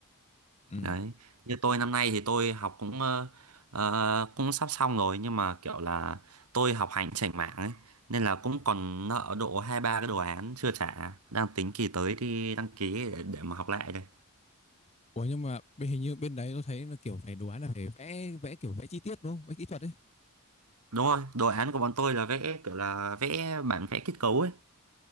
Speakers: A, on the left; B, on the right.
A: ừ.
B: Đấy, như tôi năm nay thì tôi học cũng ờ, ờ, cũng sắp xong rồi nhưng mà kiểu là tôi học hành chểnh mảng ấy nên là cũng còn nợ độ hai ba cái đồ án chưa trả, đang tính kỳ tới đi đăng ký để, để mà học lại đây.
A: Ủa nhưng mà bên- hình như bên đấy tôi thấy là kiểu phải đồ án là phải vẽ vẽ kiểu vẽ chi tiết đúng không? Vẽ kỹ thuật ấy.
B: Đúng rồi, đồ án của bọn tôi là vẽ kiểu là vẽ bản vẽ kết cấu ấy.